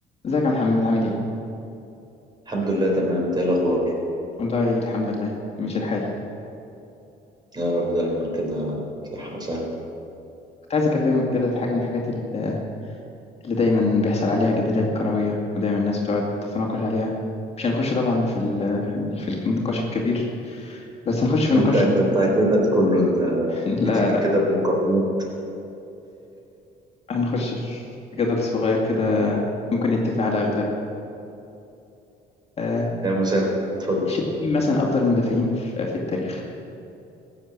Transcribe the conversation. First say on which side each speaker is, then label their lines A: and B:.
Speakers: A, on the left; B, on the right.
A: ازيك يا محمد عامل ايه؟
B: الحمد لله تمام إنت ايه الاخبار
A: والله الحمد لله ماشي الحال
B: يا رب دايما كده صحة وسعادة
A: كنت عايز اكلمك كده في حاجة من الحاجات اللي اللي دايما بيحصل عليها جدالات كروية ودايما الناس بتقعد تتناقش عليها مش هنخش طبعا في ال في, ال في النقاش الكبير بس هنخش في نقاش
B: انت انت بتاع الجدل كله انت
A: <laughs> لا
B: بتيجي
A: لا
B: كده بمقارنات
A: هنخش في جدل صغير كده ممكن نتفق على اغلب آه
B: يا مساعد اتفضل
A: شايف مين مثلا افضل مدافعين في, في التاريخ